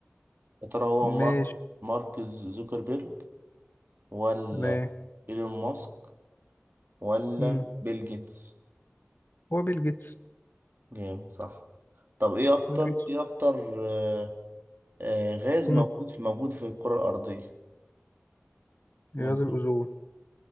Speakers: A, on the right; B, on the left.
A: يا ترى هو مارك
B: ماشي
A: مارك زوكربيرج ولا
B: تمام
A: إيلون ماسك ولا
B: مم.
A: بيل جيتس؟
B: هو بيل جيتس
A: جامد صح طب ايه اكتر
B: بيل جيتس
A: ايه اكتر آه، آه، غاز
B: مم.
A: موجود في موجود في الكرة الأرضية
B: غاز
A: ممكن
B: الأوزون